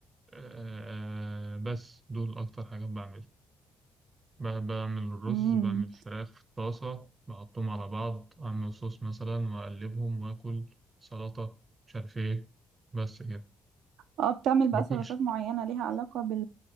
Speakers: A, on the right; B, on the right.
A: آه، بس دول أكتر حاجات بعملها ب- بعمل الرز
B: امم
A: بعمل الفراخ في الطاسة بحطهم على بعض أعمل صوص مثلا وأقلبهم وآكل سلطة مش عارف إيه بس كده
B: اه بتعمل
A: باكلش
B: بقى سلطات معينه ليها علاقه بال